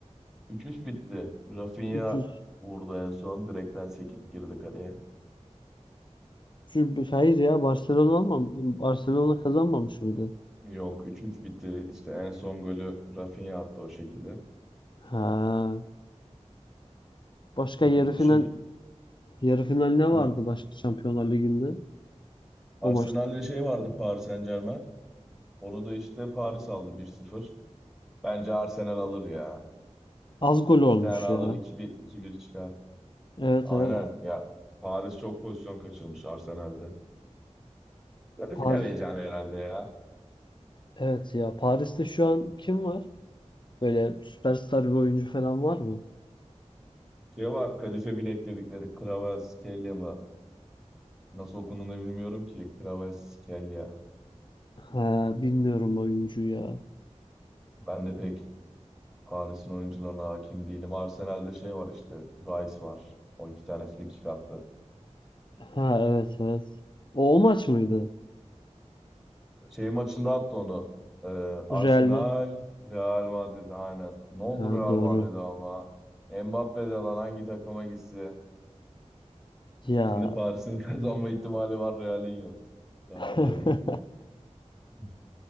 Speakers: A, in the centre; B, on the left.
A: 3-3 bitti. Rafinha
B: 300.
A: vurdu en son. Direkten sekip girdi kaleye.
B: Şu- Hayır ya Barcelona almam. Barcelona kazanmamış mıydı?
A: Yok 3-3 bitti. İşte en son golü Rafinha attı o şekilde.
B: Ha. Başka
A: Evet
B: yarı final
A: o şekil.
B: yarı final ne
A: Ha.
B: vardı başka Şampiyonlar Ligi'nde?
A: Arsenal'le
B: O maçta.
A: şey vardı Paris Saint-Germain. Onu da işte Paris aldı bir sıfır. Bence Arsenal alır ya.
B: Az gol olmuş
A: İki tane alır
B: ya.
A: iki bir iki bir çıkar.
B: Evet
A: Aynen
B: evet.
A: ya. Paris çok pozisyon kaçırmış Arsenal'de. Yarı
B: Paris.
A: final heyecanı herhalde ya.
B: Evet ya. Paris'te şu an kim var? Böyle süperstar bir oyuncu falan var mı?
A: Şey var Kadife Bilek dedikleri Kvaratskhelia mı? Nasıl okunduğunu da bilmiyorum ki. Kvaratskhelia.
B: Ha, bilmiyorum oyuncu ya.
A: Ben de pek Paris'in oyuncularına hakim değilim. Arsenal'de şey var işte. Rice var. O iki tane frikik attı.
B: Ha evet evet. O, o maç mıydı?
A: Şey maçında attı onu. Ee, Arsenal,
B: Real Ma-
A: Real Madrid aynen. Ne oldu
B: Ha
A: Real
B: doğru.
A: Madrid'e ama? Mbappe de lan hangi takıma gitse.
B: Ya.
A: Şimdi Paris'in <laughs> kazanma ihtimali var. Real'in yok. Şampiyonlar
B: <laughs>
A: Ligi'nin. <laughs>